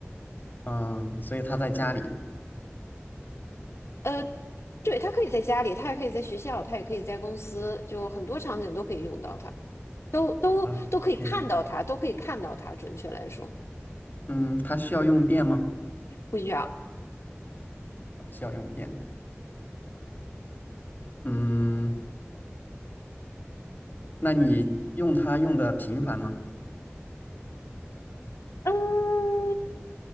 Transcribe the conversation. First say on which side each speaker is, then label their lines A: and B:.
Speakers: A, on the left; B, on the left.
A: 嗯，所以它在家里。
B: 呃对，他可以在家里，他也可以在学校，他也可以在公司，就很多场景都可以用到它，都都都可以看到它，
A: o k
B: 都可以看到它。准确来说，
A: 嗯，它需要用电吗？
B: 不需要。
A: 它不需要用电。嗯，那你用它用的频繁吗？
B: 嗯，